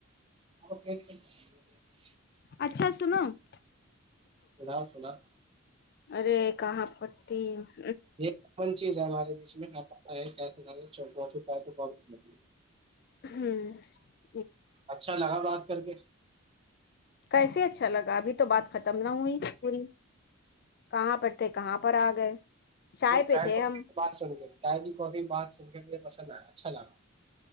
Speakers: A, on the right; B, on the left.
A: آپ <inaudible>
B: اچھا سن <inaudible>
A: بدام سنا <inaudible>
B: ارے کہاں پتی <unintelligible>
A: یہ کون چیز ہے ہمارے بیچ میں <unintelligible> چفی پائے تو ب <unintelligible>
B: ہاں <inaudible>
A: اچھا لگا بات <unintelligible> کر کے <inaudible>
B: کیسے اچھا لگا ابھی تو بات ختم نہ ہوئی پوری <unintelligible> کہاں پرڑ تھے کہاں پر <unintelligible> پر آ گئے <inaudible>
A: وہ
B: پہ
A: چائے
B: تھے
A: کافی
B: ہم
A: بعات سن کے چائے کی کافی بعات سن کے مجھے پسند آیا <unintelligible> اچھا ل <inaudible>